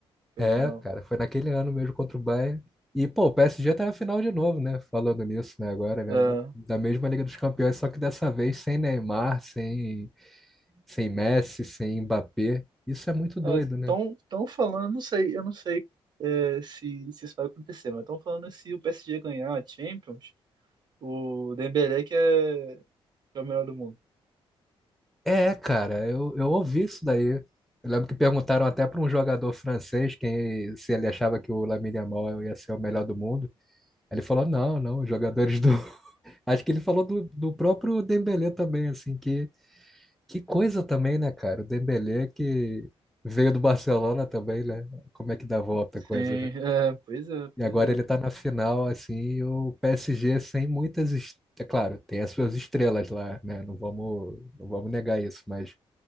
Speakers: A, on the right; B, in the centre.
A: Foi
B: É,
A: final.
B: cara, foi naquele ano mesmo contra o Bayern. E, pô, o PSG tá na final de novo, né? Falando nisso, né? Agora, né?
A: É,
B: Da da mesma Liga dos Campeões, só que dessa vez sem Neymar, sem, sem Messi, sem Mbappé. Isso é muito doido,
A: estão
B: né?
A: tão, falando, não sei, eu não sei é, se, se isso vai acontecer, mas estão falando se o PSG ganhar a Champions, o Dembélé que é, que é o melhor do mundo.
B: É, cara, eu, eu ouvi isso daí. Eu lembro que perguntaram até para um jogador francês quem, se ele achava que o Lamine Yamal ia ser o melhor do mundo. Ele falou: não, não, os jogadores do, Acho que ele falou do, do próprio Dembélé também, assim, que, que coisa também, né, cara? O Dembélé que veio do Barcelona também, né? Como é que dá a volta a coisa,
A: Sim,
B: né?
A: é, pois é,
B: E
A: pois
B: agora
A: é.
B: ele tá na final, assim, e o PSG sem muitas... est- É claro, tem as suas estrelas lá, né? Não vamos, não vamos negar isso, mas